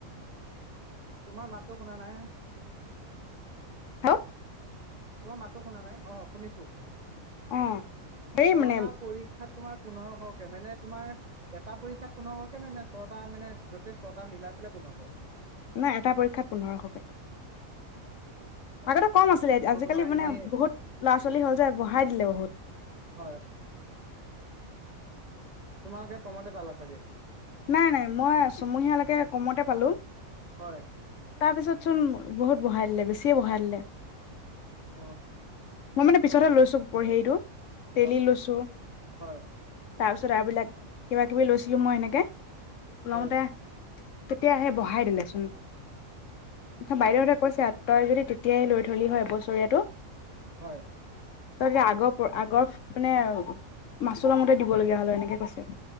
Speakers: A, on the right; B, on the left.
A: তোমাৰ মাততো শুনা নাই
B: <unintelligible>
A: তোমাৰ মাততো শুনা নাই অ শুনিছো
B: অ', হেৰি
A: ছটা
B: মানে
A: পৰীক্ষাত তোমাৰ পোন্ধৰশকে মানে তোমাৰ এটা পৰীক্ষাত পোন্ধৰশকে নে নে ছয়টা মানে গোটেই ছটা মিলাই পেলাই পোন্ধৰশ
B: নাই এটা পৰীক্ষাত পোন্ধৰশকে
A: অ
B: আগতে কম আছিলে
A: আকৌ
B: আজিকালি
A: তোমাৰ
B: মানে
A: এনেই
B: বহুত ল'ৰা ছোৱালী হ'ল যে বঢ়াই দিলে বহুত
A: হয় তোমালোকে কমতে পালা চাগে
B: নাই নাই মই চমহীয়ালৈকে কমতে পালো
A: হয়
B: তাৰপিছত চোন বহুত বহাই দিলে বেছিয়ে বহাই দিলে
A: অ
B: মই মানে পিছতহে লৈছো পৰ হেৰিটো তেলি
A: হয় হয়
B: লৈছো
A: হয়
B: তাৰপিছত আৰু এইবিলাক কিবা কিবি লৈছিলো মই এনেকে লওঁতে
A: হয়
B: তেতিয়া সেই বহাই দিলেচোন
A: অ
B: বাইদেউহঁতে কৈছে তই যদি তেতিয়াই লৈ থলি হয় এবছৰীয়াটো
A: হয়
B: তই তেতিয়া আগৰ আগৰ মানে মাচুলৰ মতে দিব লগীয়া হল হয় এনেকে কৈছে